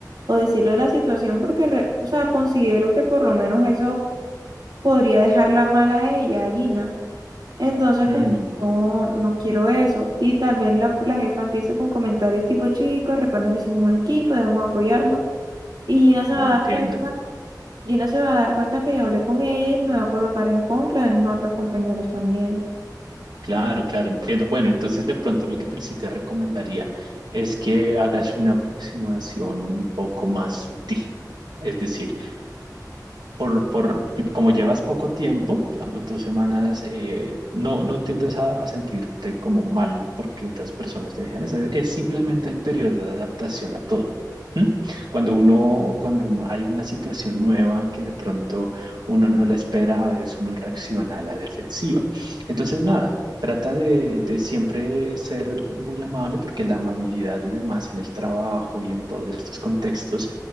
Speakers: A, on the right (about 65°); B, on the right (about 80°).
A: o decirle la situación porque, re- o sea, considero que por lo menos eso podría dejarla mal a ella, a Gina. Entonces
B: Mm,
A: como no, no quiero eso. Y tal vez la, la jefa empiece con comentarios tipo, chicos, recuerden que somos un equipo, debemos apoyarnos. Y Gina se va
B: ah,
A: a
B: entiendo.
A: dar cuenta, Gina se va a dar cuenta que yo hablé con ella y me va a colocar en contra de mis otros compañeros también.
B: Claro, claro, entiendo. Bueno, entonces de pronto lo que te- sí te recomendaría es que hagas una aproximación un poco más sutil. Es decir, por, por como llevas poco tiempo, digamos dos semanas, eh, no, no tiendes a, a sentirte como mal porque otras personas te dejan. Es, es simplemente el periodo de adaptación a todo. ¿m? Cuando uno, cuando uno hay una situación nueva que de pronto uno no la espera, a veces uno reacciona a la defensiva. Entonces, nada, trata de, de siempre ser muy amable porque la amabilidad y demás en el trabajo y en todos estos contextos